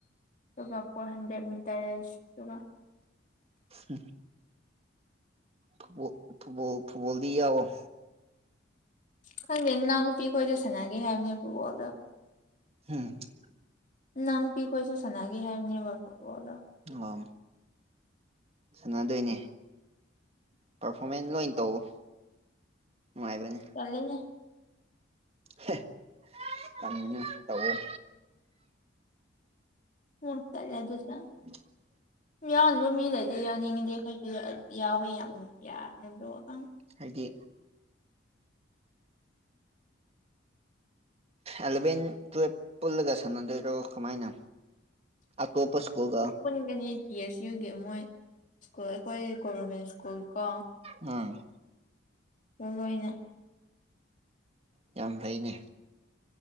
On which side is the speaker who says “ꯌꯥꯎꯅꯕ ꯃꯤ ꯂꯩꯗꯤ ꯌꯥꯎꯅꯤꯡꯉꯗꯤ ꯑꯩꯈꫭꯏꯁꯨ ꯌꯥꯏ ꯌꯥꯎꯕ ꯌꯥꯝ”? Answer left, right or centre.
Left